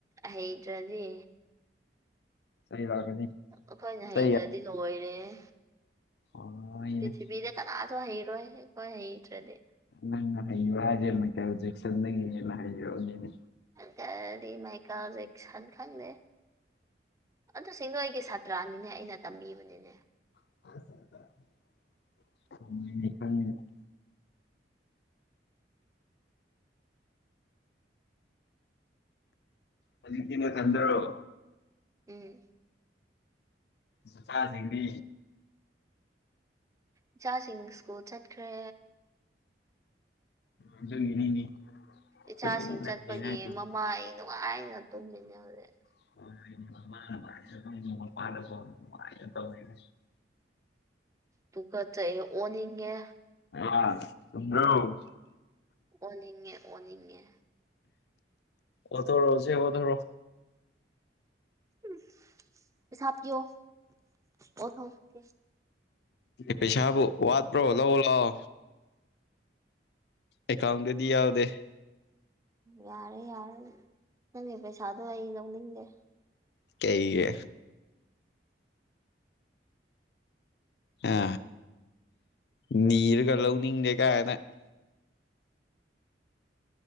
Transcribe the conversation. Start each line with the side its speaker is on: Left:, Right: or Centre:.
Right: ꯍꯩ ꯇ꯭ꯔꯗꯤ
Left: ꯆꯩ ꯂꯥꯛꯀꯅꯤ
Right: ꯑꯩꯈꯣꯏꯅ ꯍꯩꯗ꯭ꯔꯗꯤ
Left: ꯆꯩ
Right: ꯂꯣꯏꯔꯦꯍ‌ꯦ
Left: ꯍꯣꯏꯅꯦ
Right: ꯄ꯭ꯔꯤꯊꯤꯕꯤꯗ ꯀꯅꯥꯁꯨ ꯍꯩꯔꯣꯏ ꯑꯩꯈꯣꯏ ꯍꯩꯇꯔꯗꯤ
Left: ꯅꯪꯅ ꯍꯩꯕꯥ ꯍꯥꯏꯖꯦ ꯃꯥꯏꯀ‌ꯦꯜ ꯖꯦꯛꯁꯟꯗꯒꯤ‌ ꯍ‌ꯦꯟꯅ <unintelligible> ꯍꯥꯏꯌꯣ ꯅꯅꯦ
Right: ꯀꯔꯤ ꯃꯥꯏꯀꯦꯜ ꯖ‌ꯦꯛꯁꯟ ꯈꯪꯗꯦ ꯑꯗꯨꯁꯤꯡꯗꯣ ꯑꯩꯒꯤ ꯁꯥ ꯆꯠꯇ꯭ꯔꯥꯅꯤꯅꯦ ꯑꯩꯅ ꯇꯝꯕꯤꯕꯅꯤꯅꯦ
Left: ꯑ <unintelligible> ꯍꯧꯖꯤꯛꯇꯤ ꯅꯊꯟꯗꯔ‌ꯣ
Right: ꯎꯝ
Left: ꯅꯨꯄꯥꯁꯤꯡꯗꯤ
Right: ꯏꯆꯥꯁꯤꯡ ꯁ꯭ꯀꯨꯜ ꯆꯠꯈ꯭ꯔꯦ
Left: ꯑꯗꯨꯒꯤꯅꯤꯅꯦ
Right: ꯏꯆꯥꯁꯤꯡ
Left: ꯇꯨꯃꯤꯟꯅ
Right: ꯆꯠꯄꯒꯤ
Left: ꯂꯩꯌꯦ ꯅꯪꯒꯤꯁꯦ
Right: ꯃꯃꯥ ꯑꯩ ꯅꯨꯡꯉꯥꯏꯅ ꯇꯨꯝꯃꯤꯅꯦ ꯍꯧꯖꯤꯛ
Left: <unintelligible>
Right: ꯇꯨꯒꯠꯆꯩ ꯑꯣꯅꯤꯡꯉꯦ
Left: <unintelligible>
Right: ꯑꯣꯅꯤꯡꯉꯦ ꯑꯣꯅꯤꯡꯉꯦ
Left: ꯑꯣꯊꯣꯔꯣꯁꯦ ꯑꯣꯊꯣꯔꯣ
Right: <unintelligible> ꯄꯩꯁꯥ ꯄꯤꯌꯣ ꯑꯣꯊꯣꯛꯀꯦ
Left: ꯄꯩꯁꯥꯕꯨ ꯋꯥꯠꯄ꯭ꯔꯣ ꯂꯧ ꯂꯥꯎ ꯑꯦꯀꯥꯎꯟꯗꯗꯤ ꯌꯥꯎꯗꯦ
Right: ꯌꯥꯔꯦ ꯌꯥꯔꯦ ꯅꯪꯒꯤ ꯄꯩꯁꯥꯗꯣ ꯑꯩ ꯂꯧꯅꯤꯡꯗꯦ
Left: ꯀꯩꯌ‌ꯦ ꯍꯥ ꯅꯤꯔꯒ ꯂꯧꯅꯤꯡꯗꯦ ꯀꯥꯏꯅ